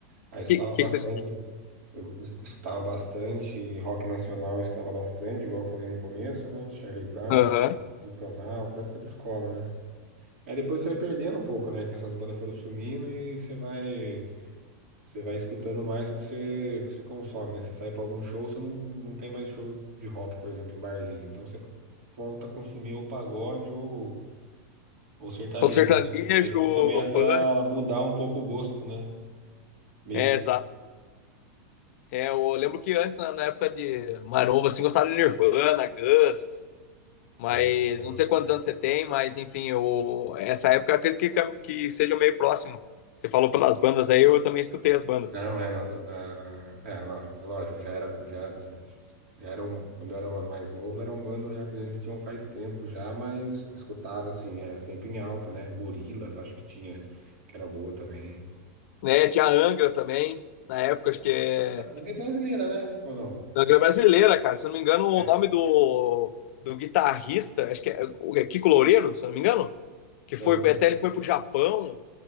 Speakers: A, on the right; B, on the left.
A: Aí eu escutava
B: Que, que,
A: bastante.
B: que vocês...
A: Eu eu escutava bastante rock nacional, eu escutava bastante, igual eu falei no começo, né? Charlie Brown,
B: Aham.
A: Detonautas, época de escola, né? Aí depois você vai perdendo um pouco, né? Que essas bandas foram sumindo e você vai, você vai escutando mais o que você, o que você consome, né? Você sai pra algum show, você não, não tem mais show de rock, por exemplo, em barzinho. Então você volta a consumir ou pagode ou, ou sertanejo,
B: O sertanejo,
A: né? Aí você começa
B: o funk.
A: a mudar um pouco o gosto, né? Meio
B: É,
A: que.
B: exato. É, eu lembro que antes, na, na época de Maromba, assim, gostava de Nirvana, Guns, Mas
A: Mas,
B: não sei quantos anos você tem, mas enfim, eu, essa época eu acredito que, que seja meio próximo. Você falou pelas bandas aí, eu também escutei as bandas.
A: Não, é na, do- na é, lá, é lógico, já era já, já, já eram quando eu era mais novo, eram bandas já que já existiam faz tempo já, mas escutava assim, era sempre em alta, né? Gorilas, acho que tinha que era boa também.
B: Né? Tinha a Angra também, na época, acho que é.
A: Ainda é brasileira, né? Ou não?
B: Angra brasileira, cara. Se eu não me engano, o
A: É,
B: nome do, do guitarrista, acho que é, o- é Kiko Loureiro, se eu não me engano, que
A: é
B: foi
A: alguma,
B: até ele foi pro Japão.